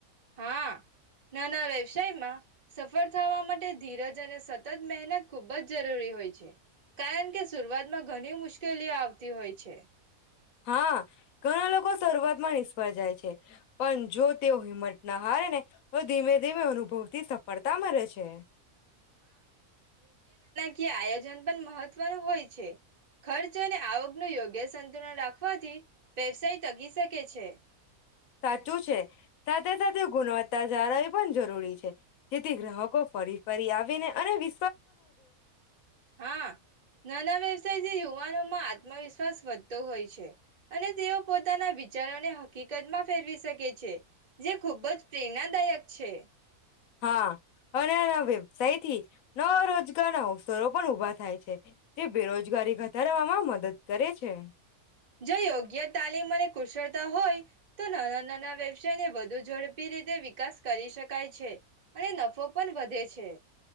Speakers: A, on the right; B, on the left.
A: હા નાના વ્યવસાયમાં સફળ થવા માટે ધીરજ અને સતત મહેનત ખૂબ જ જરૂરી હોય છે. કારણ કે શરૂઆતમાં ઘણી મુશ્કેલીઓ આવતી હોય છે.
B: હા ઘણા લોકો શરૂઆતમાં નિષ્ફળ જાય છે. પણ જો તેઓ હિંમત ના હારે ને તો ધીમે-ધીમે અનુભવ થી સફળતા મળે છે.
A: કીય આયોજન પણ મહત્વનું હોય છે. ખર્ચ અને આવક નું યોગ્ય સંતુલન રાખ રખવાથી વ્યવસાય તગી શકે છે.
B: સાચું છે, સાથે-સાથે ગુણવત્તા જાળવવી પણ જરૂરી છે. જેથી ગ્રાહકો ફરી-ફરી આવીને અને વિ
A: હા. નાના વ્યવસાય જે યુવાનો માં આત્મવિશ્વાસ વધતો હોય છે અને તેઓ પોતાના વિચારોને હકીકત માં ફેરવી શકે છે. જે ખુબ જ પ્રેરણાદાયક છે.
B: હા અને એના વ્યવસાય થી નવ રોજગાર ના અવસરો પણ ઉભા થાય છે. તે બેરોજગારી ઘટારવામાં મદદ કરે છે.
A: જો યોગ્ય તાલીમ અને કુશળતા હોય તો નાના નાના વ્યવસાયને વધુ ઝડપી રીતે વિકાસ કરી શકાય છે અને નફો પણ વધે છે.